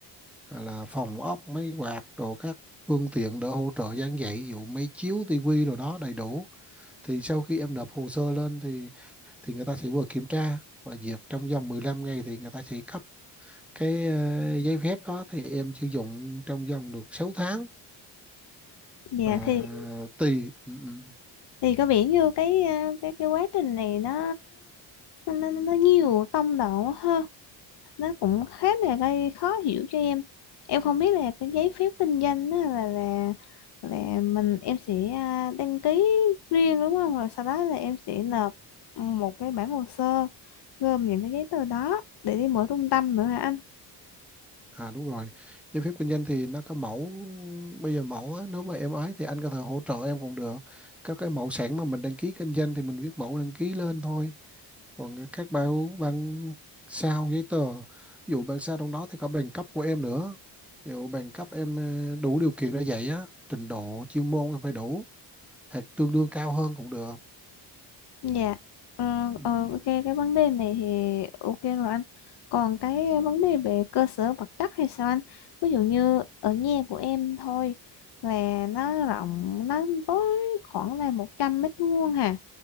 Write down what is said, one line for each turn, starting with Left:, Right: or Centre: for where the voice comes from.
Centre: à, là phòng ốc máy quạt rồi các phương tiện để hỗ trợ giảng dạy ví dụ máy chiếu tivi rồi đó đầy đủ thì sau khi em nộp hồ sơ lên thì thì người ta sẽ vừa kiểm tra và duyệt trong vòng 15 ngày thì người ta sẽ cấp cái ờ, giấy phép đó thì em sử dụng trong vòng được 6 tháng
Left: dạ
Centre: và
Left: thì
Centre: tùy ừ, ừ.
Left: thì có vẻ như cái à, cái cái quá trình này nó nó nó, nó nhiều tông độ quá ha nó cũng khá là gây khó hiểu cho em em không biết là cái giấy phép kinh doanh đó là là là mình em sẽ à, đăng ký riêng đúng không rồi sau đó là em sẽ nộp một cái bản hồ sơ gồm những cái giấy tờ đó để đi mở trung tâm nữa hả anh
Centre: à đúng rồi giấy phép kinh doanh thì nó có mẫu bây giờ mẫu á, nếu mà em ấy thì anh có thể hỗ trợ em cũng được các cái mẫu sẵn mà mình đăng ký kinh doanh thì mình viết mẫu đăng ký lên thôi còn cái các bạn bạn sao giấy tờ ví dụ bạn sao trong đó thì có bằng cấp của em nữa Nếu bằng cấp em ờ, đủ điều kiện để dạy á trình độ chuyên môn em phải đủ hoặc tương đương cao hơn cũng được
Left: Dạ, ờ,
Centre: Ừm,
Left: ờ, ok cái vấn đề này thì ok rồi anh. Còn cái vấn đề về cơ sở vật chất hay sao anh? Ví dụ như ở nhà của em thôi là nó rộng, nó tối khoảng là 100 mét vuông hà.